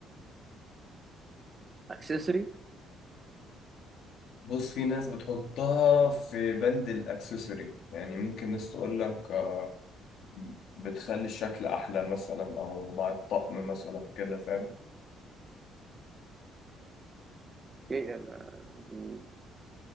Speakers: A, on the right; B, on the left.
A: <coughs> اكسسوري
B: بص في ناس بتحطها في بند الاكسسوري يعني ممكن ناس تقول لك آه، بتخلي الشكل احلى مثلا او مع الطقم مثلا كده فاهم
A: اوكي ما- م-